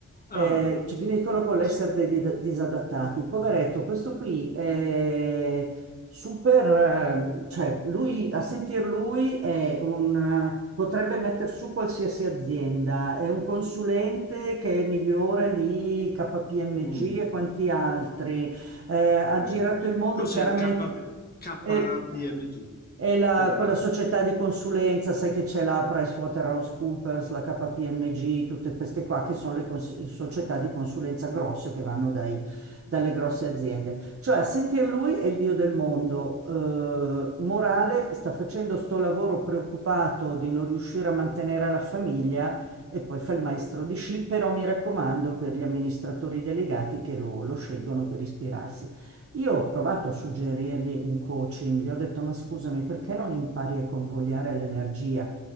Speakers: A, on the left; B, on the right.
A: Ah,
B: Eh, cioè, finiscono
A: capisco.
B: con l'essere dei di- disadattati. Poveretto, questo qui è super, ehm, cioè lui, a sentir lui è un, eh, potrebbe metter su qualsiasi azienda, è un consulente che è migliore di KPMG
A: Mm,
B: e quanti altri eh, ha
A: sì.
B: girato il mondo,
A: Cos'è
B: chiaramente
A: il KB KPMG?
B: e, e la-
A: Che vuol
B: quella
A: dire?
B: società di consulenza, sai che c'è la PricewaterhouseCoopers, la KPMG, tutte queste qua che sono le cons- società di consulenza grosse che vanno dai- dalle grosse aziende. Cioè, a sentir lui è il dio del mondo. Eh, Morale sta facendo sto lavoro preoccupato di non riuscire a mantenere la famiglia e poi fa il maestro di sci, però mi raccomando per gli amministratori delegati che lo, lo scelgono per ispirarsi. Io ho provato a suggerirgli un coaching, gli ho detto, ma scusami, perché non impari a convogliare l'energia?